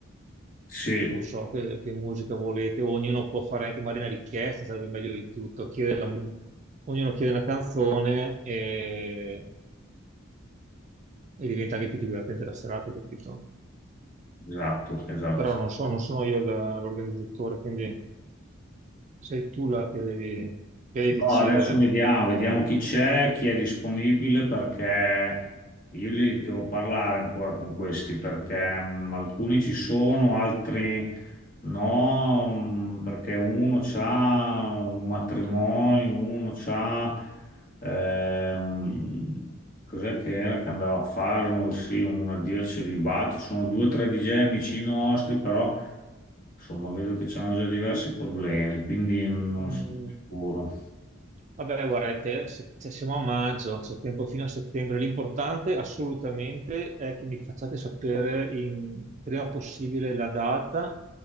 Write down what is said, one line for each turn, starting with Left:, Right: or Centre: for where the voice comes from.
Left: sì,
Right: non so che, che musica volete. Ognuno può fare anche magari una richiesta, sarebbe meglio di tutto. Chiede la mu- Ognuno chiede una canzone e... e diventa anche più divertente la serata, capito?
Left: esatto, esatto.
Right: Però non so, non sono io la- l'organizzatore, quindi sei tu la che devi, che devi
Left: No,
Right: decidere.
Left: adesso vediamo, vediamo chi c'è, chi è disponibile, perché io li devo parlare ancora con questi, perché mm, alcuni ci sono, altri no, mm, perché uno c'ha un matrimonio, uno c'ha... ehm, cos'è che era che andava a fare? Uno, sì, un addio al celibato. Sono due o tre DJ amici nostri, però insomma vedo che c'hanno già diversi problemi, quindi non
Right: Mm,
Left: sono sicuro.
Right: Vabbè, guarda, è te- se, se siamo a maggio, c'è tempo fino a settembre. L'importante assolutamente è che mi facciate sapere in- prima possibile la data,